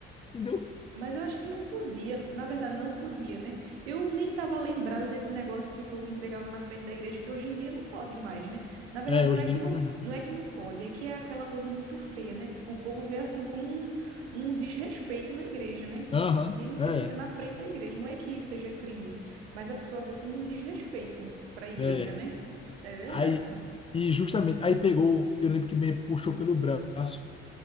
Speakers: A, on the left; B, on the right.
A: entendeu?
B: Mas eu acho que não podia, na verdade, não podia, né? Eu nem estava lembrada desse negócio que o povo entregava na frente da igreja, que hoje em dia não pode mais, né? Na verdade,
A: É, hoje
B: não é
A: em
B: que
A: dia não
B: não,
A: pode mais não.
B: não é que não pode, é que é aquela coisa muito feia, né? Tipo, o povo vê assim como um, um desrespeito na igreja, né?
A: Aham,
B: Mesmo
A: é,
B: que seja na frente da igreja, não é que seja crime, mas a pessoa vê como um desrespeito para a igreja,
A: é.
B: né? É verdade.
A: Aí, e justamente, aí pegou, eu lembro que me puxou pelo braço,